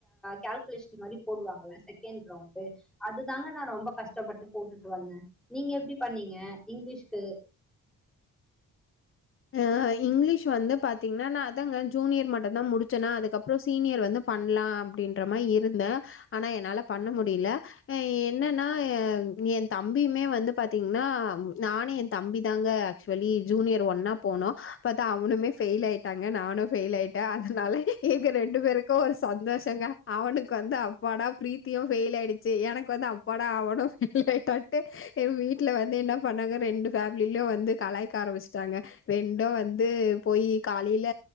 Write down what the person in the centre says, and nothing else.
கால்குலேசன் மாதிரி போடுவாங்கள அதுதாங்க நான் ரொம்ப கஷ்டப்பட்டு போட்டுட்டு வந்தேன் நீங்க எப்படி பண்ணீங்க இங்கிலீஷ்கு